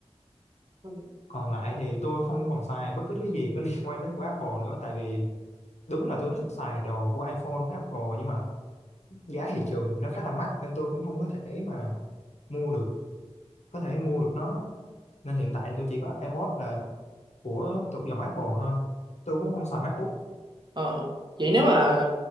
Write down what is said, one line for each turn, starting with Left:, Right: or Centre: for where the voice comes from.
Right: không
Left: còn lại thì tôi không còn xài bất cứ thứ gì có liên quan đến của Apple nữa tại vì đúng là tôi thích xài đồ của iPhone, Apple nhưng mà giá thị trường thì nó khá là mắc nên tôi cũng không có thể mà mua được có thể mua được nó nên hiện tại thì tôi chỉ có AirPods là của thuộc dòng Apple thôi tôi cũng không xài MacBook
Right: Ờ, vậy nếu mà